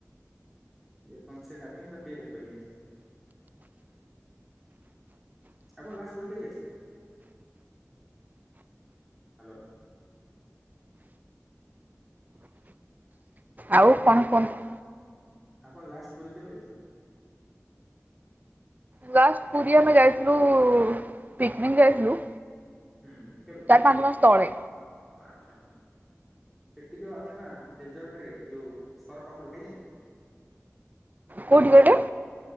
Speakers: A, in the centre; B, on the right.
A: ଯେ ପର୍ଯ୍ୟନ୍ତ ସେ ଡାକିନି, ତାକୁ କେହି ଦେଖିପାରିବେ ନି। ଆପଣ ଲାଷ୍ଟ ପୁରୀ କେବେ ଯାଇଥିଲେ? ହ୍ୟାଲୋ?
B: ଆଉ କଣ କୁହନ୍ତୁ?
A: ଆପଣ ଲାଷ୍ଟ ପୁରୀ କେବେ ଯାଇ ଥିଲେ?
B: ଲାଷ୍ଟ ପୁରୀ ଆମେ ଯାଇଥିଲୁ, ପିକନିକ୍ ଯାଇଥିଲୁ।
A: ହୁଁ। କେବେ?
B: ଚାରି ପାଞ୍ଚ ମାସ ତଳେ।
A: ଆଚ୍ଛା। ସେଠି ଯୋଉ ଆସେ ନା, ଡେଜଟ ରେ ଯୋଉ ସରପାପୁଡି ଖାଇଛନ୍ତି?
B: କୋଉଠି କହିଲେ?